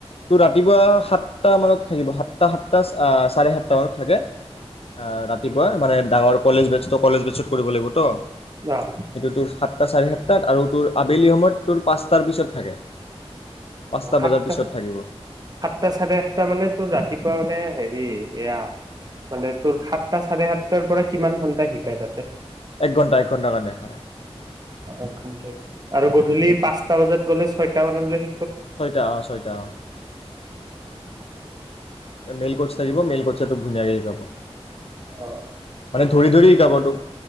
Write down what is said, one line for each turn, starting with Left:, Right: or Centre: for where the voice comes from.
Left: তোৰ ৰাতিপুৱা সাতটা মানত থাকিব সাত সাতটা সাতটা, সৰে সাতটা মানত থাকে। অ', ৰাতিপুৱা মানে ডাঙৰ কলেজ বেষ্ট কলেজ পিছত কৰিব লাগিব তেওঁ। হাইটুটো
Right: অ
Left: সাতটা চাৰি সাতটা সাতটা আৰু তোৰ আবেলি সময়ত তোৰ পাঁচটাৰ পিছত থাকে পাঁচটা
Right: অ', সাতটা,
Left: বজাৰ পিছত থাকিব
Right: সাতটা চাৰে আাতটা মানে তোৰ ৰাতিপুৱা মানে হে এ, এয়া মানে তোৰ সাতটা চাৰে সাতটাৰ পৰা কিমান ঘণ্টা শিকাই তাতে?
Left: এক ঘণ্টা, এক ঘণ্টা কাৰানো।
Right: একঘণ্টা আৰু গধূলি
Left: এক
Right: পাঁচটা বজাত গ'লে সৈত বানলৈ শ
Left: ছয়টা অঁ ছয়টা অঁ অ মেইল কৰচ আহিব মেইল কচাটো ধুনীয়াক শিকাব
Right: অ
Left: মানে ধৰি ধৰি গাবটোক